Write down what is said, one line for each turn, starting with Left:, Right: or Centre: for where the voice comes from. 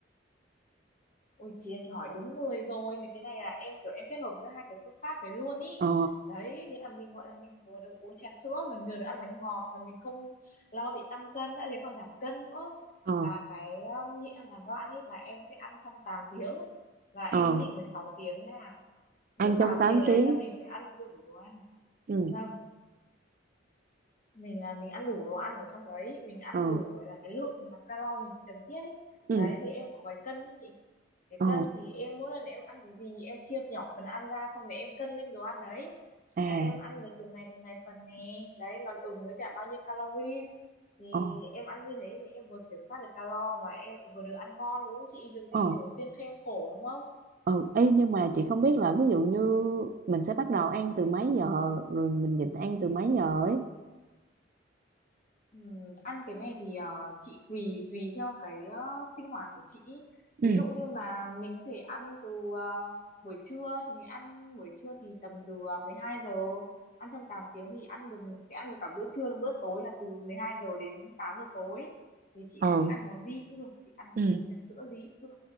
Left: Ôi chị ơi, chị hỏi đúng người rồi Mấy cái này là em kiểu em kết hợp giữa hai cái phương pháp này luôn ý
Right: ờ
Left: Đấy, thế là mình gọi là mình vừa được uống trà sữa Mình vừa được ăn bánh ngọt Mà mình không lo bị tăng cân đã Thế còn giảm cân nữa
Right: ờ
Left: Là cái um, nhịn ăn gián đoạn ý Là em sẽ ăn trong 8 tiếng Và em
Right: ờ
Left: nhịn 16 tiếng nha
Right: ăn
Left: Những
Right: trong
Left: 8
Right: tám
Left: tiếng đấy
Right: tiếng
Left: là mình phải ăn đủ đồ ăn
Right: ừ
Left: Vâng, mình là mình ăn đủ đồ ăn ở trong đấy Mình ăn
Right: ờ
Left: đủ gọi là cái lượng mà calo mình cần thiết ý
Right: ừ
Left: Đấy, thì em có cái cân ý chị cái
Right: ờ
Left: cân thì em mỗi lần em ăn cái gì em chia nhỏ phần ăn ra xong rồi em cân lên đồ ăn đấy
Right: à
Left: là em ăn được từng này từng này phần nè đấy nó ứng với cả bao nhiêu calories thì
Right: ờ
Left: em ăn như thế thì em vừa kiểm soát được calo mà em vừa được ăn ngon đúng không chị việc
Right: ờ
Left: gì mình phải kiêng khem khổ đúng không
Right: Ừ, ý, nhưng mà chị không biết là ví dụ như mình sẽ bắt đầu ăn từ mấy giờ rồi mình nhịn ăn từ mấy giờ ấy.
Left: Ừm, ăn cái này thì ờ, chị tùy tùy theo cái ờ, sinh hoạt của chị ý.
Right: ừ
Left: Ví dụ như mà mình có thể ăn từ ờ, buổi trưa thì mình ăn buổi trưa thì tầm từ ờ, 12 giờ ăn trong 8 tiếng thì ăn được mình sẽ ăn được cả bữa trưa lẫn bữa tối là từ 12 giờ đến 8 giờ tối thì chị
Right: ờ
Left: thích ăn món gì cũng được chị ăn
Right: ừ
Left: chị uống trà sữa gì cũng được